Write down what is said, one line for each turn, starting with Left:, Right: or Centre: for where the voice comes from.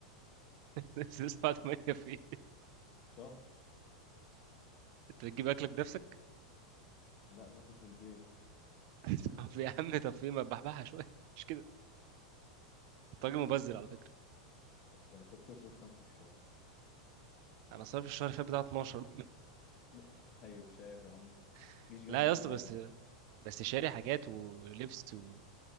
Right: <laughs> بس لسه بعد ما هي في إيه؟
Left: في شهر
Right: انت بتجيب اكلك بنفسك
Left: لا باكل في البيت
Right: <laughs> طب يا عم طب في ما تبحبحها شويه مش كده انت راجل مبذر على فكره
Left: طب انت بتصرف كام في الشهر
Right: انا صرف الشهر اللي فات بتاع 12
Left: <laughs> طيب شايف يا عم
Right: <laughs>
Left: جيش جنبك
Right: لا يا اسطى
Left: فاهم حاجة
Right: بس بس شاري حاجات ولبس و...